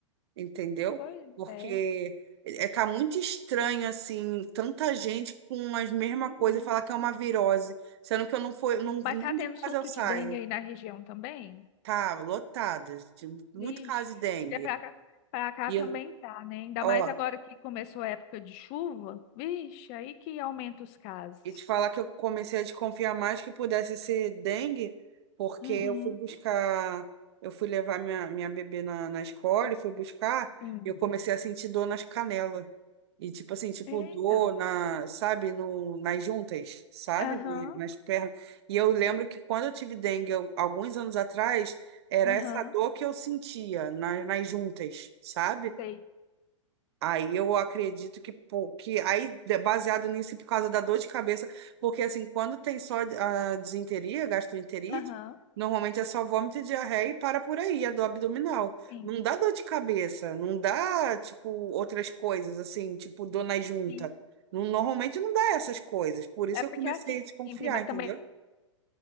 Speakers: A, on the right; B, on the left.
A: entendeu?
B: Pois
A: Porque
B: é.
A: é, tá muito estranho, assim, tanta gente com as mesmas
B: Uhum.
A: coisas e falar que é uma virose, sendo que eu não fui, não,
B: Mas
A: nem
B: tá tendo
A: de casa
B: surto
A: eu saio.
B: de dengue aí na região também?
A: Tá lotado, de- muito
B: Vixe,
A: caso de dengue.
B: porque pra cá, pra cá
A: E,
B: também
A: eu-
B: tá, né? Ainda
A: ó,
B: mais agora que começou a época de chuva. Vixe, aí que aumenta os casos.
A: E te falar que eu comecei a desconfiar mais que pudesse ser dengue, porque
B: Uhum.
A: eu fui buscar, eu fui levar minha, minha bebê na, na escola e fui buscar,
B: Sim.
A: e eu comecei a sentir dor nas canelas. E tipo assim, tipo
B: Eita.
A: dor na, sabe, no, nas juntas, sabe?
B: Aham.
A: E nas pernas. E eu lembro que quando eu tive dengue, eu- alguns anos atrás, era
B: Aham.
A: essa dor que eu sentia na, nas juntas, sabe?
B: Sei.
A: Aí eu acredito que, pô, que aí, de- baseado nisso, e por causa da dor de cabeça, porque assim, quando tem só a disenteria, gastroenterite,
B: Aham.
A: normalmente é só vômito, diarreia e para por aí, a dor abdominal.
B: Sim,
A: Não dá dor de cabeça, não dá, tipo, outras coisas, assim, tipo, dor na junta.
B: sim.
A: Não- Normalmente não dá essas coisas, por isso
B: É porque
A: eu comecei
B: assim,
A: a desconfiar,
B: prima,
A: entendeu?
B: também